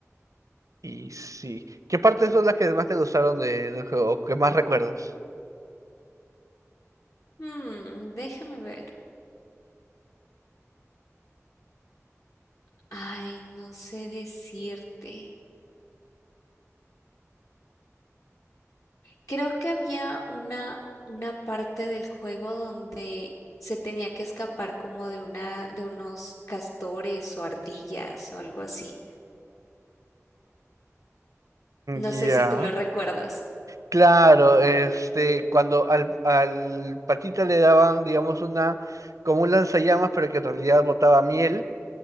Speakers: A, on the right; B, on the left.
A: Y sí, ¿qué partes son las que más te gustaron de- del juego o que más recuerdas?
B: Hmm, déjame ver. Ay, no sé decirte. Creo que había una, una parte del juego donde se tenía que escapar como de una, de unos castores o ardillas o algo así. No
A: Ya.
B: sé si tú lo recuerdas.
A: Claro, este, cuando al, al patita le daban, digamos, una, como un lanzallamas, pero que en realidad botaba miel,